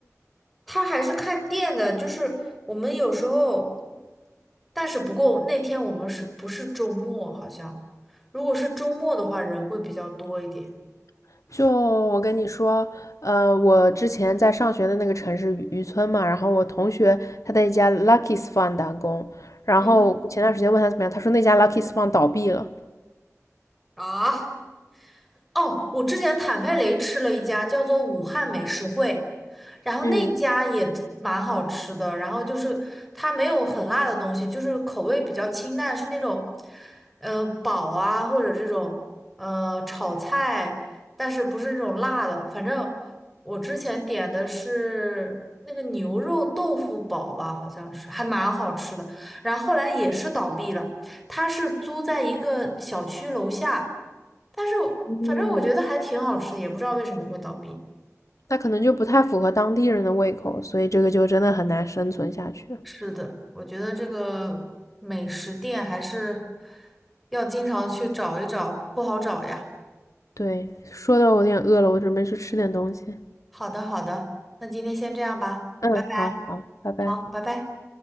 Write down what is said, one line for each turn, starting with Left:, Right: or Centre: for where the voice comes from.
Centre: 他还是看店的，就是我们有时候，但是不过那天我们是不是周末？好像如果是周末的话，人会比较多一点。
Left: <laughs> 就我跟你说，呃，我之前在上学的那个城市渔村嘛，然后我同学他在一家 Lucky's Fun 打工，然后前段时间问他怎么样，
Centre: 嗯，
Left: 他说那家 Lucky's Fun 倒闭了。
Centre: 啊。哦，我之前坦佩雷吃了一家叫做武汉美食会，然后那家也蛮好吃的，
Left: 嗯
Centre: 然后就是它没有很辣的东西，就是口味比较清淡，是那种呃煲啊或者这种呃炒菜，但是不是那种辣的。反正我之前点的是那个牛肉豆腐煲吧，好像是还蛮好吃的，然后后来也是倒闭了，它是租在一个小区楼下。但是
Left: 嗯，
Centre: 反正我觉得还挺好吃的，也不知道为什么会倒闭。
Left: 那可能就不太符合当地人的胃口，所以这个就真的很难生存下去。
Centre: 是的，我觉得这个美食店还是要经常去找一找，不好找呀。
Left: 对，说的我有点饿了，我准备去吃点东西。
Centre: 好的，好的，那今天先这样吧，
Left: 嗯，
Centre: 拜拜。
Left: 好好，拜拜。
Centre: 好，拜拜。